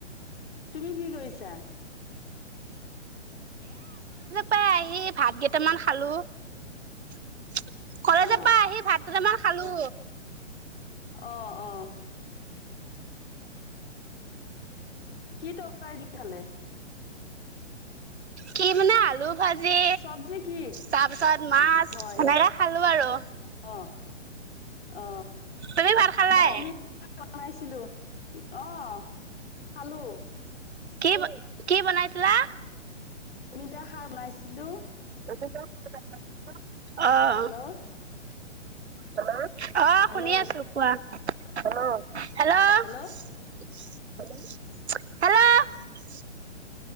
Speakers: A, on the left; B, on the right.
A: তুমি কি কৰিছা?
B: পাই আহি ভাত কেইটামান খালো। <inaudible> কলেজৰ
A: অ
B: পৰা আহি ভাত কেইটামান খালো।
A: অ অ। কি ত ই <inaudible> দি খালে?
B: কি মানে আলু ভাজি,
A: চব্জি কি
B: তাৰপিছত মাছ
A: হয় হয়
B: এনেকে খালো আৰু।
A: অ, অ।
B: তুমি ভাত খালাই
A: মই অমিত কৰা না <inaudible> ইছিলো অহ খালো।
B: কি কি বনাইছিলা?
A: আমি এতিয়া সাৰ বনাইছিলো।
B: <inaudible> আ আহ।
A: Hello
B: hello? অ
A: হেল্ল'
B: শুনি আছো কোৱা? হেল্ল? Hello
A: hello?
B: হেল্ল'?